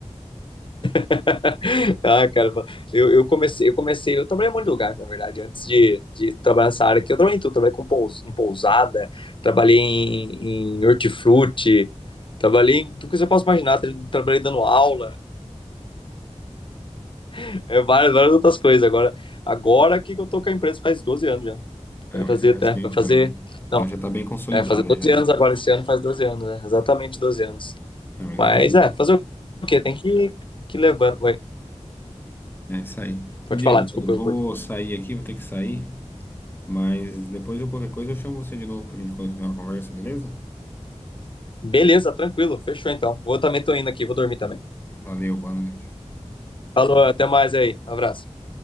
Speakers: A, on the left; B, on the left.
A: <laughs> Ah, cara, eu, eu comecei, eu comecei, eu trabalhei em um monte de lugar, na verdade, antes de, de trabalhar nessa área aqui, eu trabalhei em tudo, trabalhei com pous, em pousada, trabalhei em, em hortifruti, trabalhei em tudo que você possa imaginar, tra- trabalhei dando aula, <laughs> é, várias, várias outras coisas, agora, agora que eu tô com a empresa faz 12 anos já,
B: Ah,
A: vai fazer
B: mas já faz
A: até,
B: tempo
A: vai fazer,
B: também.
A: não,
B: Então já tá bem consolidada
A: é, fazer 12
B: já aí.
A: anos agora, esse ano faz 12 anos, né, exatamente 12 anos,
B: Ah, mas
A: mas
B: então já
A: é,
B: tá.
A: fazer o quê, tem que, que levando, Oi,
B: É isso aí.
A: pode
B: Ô Diego,
A: falar, desculpa,
B: eu vou
A: eu cortei.
B: sair aqui, vou ter que sair, mas depois de qualquer coisa eu chamo você de novo pra gente continuar a conversa, beleza?
A: Beleza, tranquilo. Fechou então. Vou também tô indo aqui, vou dormir também.
B: Valeu, boa noite.
A: Falou, até mais aí. Abraço.